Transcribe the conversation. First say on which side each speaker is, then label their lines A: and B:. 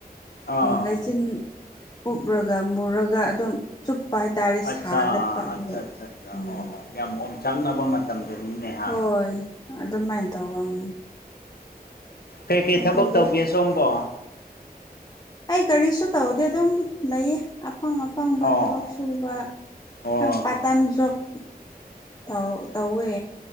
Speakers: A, on the left; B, on the left.
A: ꯑꯥ
B: ꯂꯩꯆꯤꯟ ꯎꯞꯔꯒ ꯃꯨꯔꯒ ꯑꯗꯨꯝ ꯆꯨꯞꯄ ꯍꯥꯏꯇꯥꯔꯦ
A: ꯑꯠꯆꯥ
B: ꯁꯥꯒꯠꯄ ꯑꯗꯨꯒ
A: ꯑꯠꯆꯥ ꯑꯠꯆꯥ ꯑꯠꯆꯥ
B: ꯎꯝ
A: ꯑꯣ ꯑꯣ ꯌꯥꯝ ꯑꯣꯝꯆꯥꯛꯅꯕ ꯃꯇꯝꯗꯨꯅꯤꯅꯦ ꯍꯥ
B: ꯍꯣꯏ ꯑꯗꯨꯃꯥꯏꯅ ꯇꯧꯕ ꯎꯝ
A: ꯀꯩ ꯀꯩ
B: ꯑꯗꯨꯗꯤ
A: ꯊꯕꯛ ꯇꯧꯒꯦ ꯁꯣꯝꯕꯣ
B: ꯑꯩ ꯀꯔꯤꯁꯨ ꯇꯧꯗꯦ ꯑꯗꯨꯝ ꯂꯩꯌꯦ ꯑꯄꯥꯪ ꯑꯄꯥꯪꯕ
A: ꯑꯣ
B: ꯊꯕꯛ ꯁꯨ ꯁꯨꯕ
A: ꯍꯣꯏ ꯍꯣꯏ
B: ꯄꯥꯔꯠ ꯇꯥꯏꯝ
A: ꯍꯣꯏ
B: ꯖꯣꯕ ꯇꯧ ꯇꯧꯋꯦ